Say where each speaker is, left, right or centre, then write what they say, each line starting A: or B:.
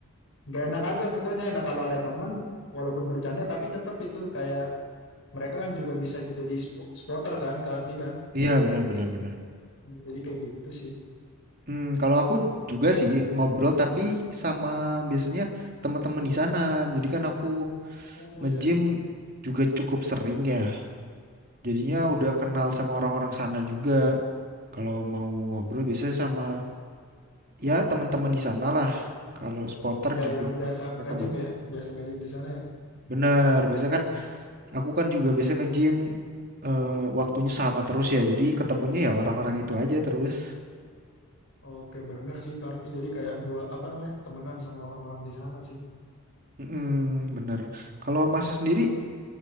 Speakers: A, on the left; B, on the right.
A: nggak enak aja pokoknya nah kalau ada temen walaupun bercanda tapi tetap itu kayak mereka kan juga bisa jadi sp- spotter kan karpi kan
B: Iya benar
A: jadi
B: benar
A: kayak
B: benar.
A: jadi kayak gitu sih
B: Hmm, kalau aku juga sih ngobrol tapi sama biasanya teman-teman di sana. Jadi kan aku
A: Oh
B: nge-gym
A: iya iya.
B: juga cukup sering ya. Jadinya
A: Mm.
B: udah kenal sama orang-orang sana juga. Kalau mau ngobrol biasanya sama ya teman-teman di sana lah. Kalau spotter
A: ya
B: juga
A: yang biasa
B: biasanya
A: ngajem
B: kebantu.
A: ya biasa ngajem di sana ya
B: Bener, biasanya kan aku kan juga biasanya nge-gym eh, waktunya sama terus ya. Jadi ketemunya ya orang-orang itu aja terus.
A: oke bener sih Karvi jadi kayak buat apa namanya temenan sama orang-orang di sana sih
B: Mm-mm, bener. Kalau masnya sendiri